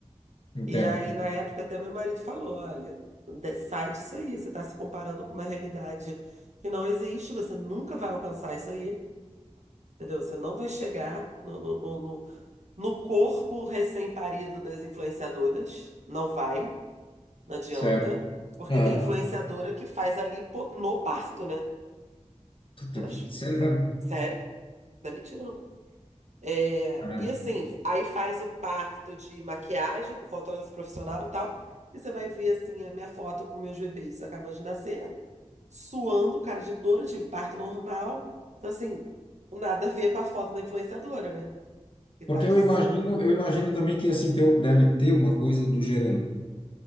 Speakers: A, on the left; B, on the right.
A: entendo.
B: E aí, na época, até meu marido falou: olha, de- sai disso aí, você está se comparando com uma realidade que não existe, você nunca vai alcançar isso aí, entendeu? Você não vai chegar no, no, no, no- no corpo recém-parido das influenciadoras, não vai, não adianta,
A: Certo.
B: porque
A: Aham.
B: tem influenciadora que faz ali no parto, né?
A: Puta
B: Elas.
A: que... Sério
B: fa-
A: mesmo?
B: Sério? Não é mentira, não. É,
A: Caramba.
B: e assim, aí faz o parto de maquiagem com fotógrafo profissional e tal. E você vai ver assim a minha foto com meus bebês acabando de nascer, suando, cara de dor, eu tive parto normal. Então assim, nada a ver com a foto da influenciadora, né? Que tá
A: Porque
B: de
A: eu imagino, eu imagino também que assim tem, um, deve ter uma coisa do gênero.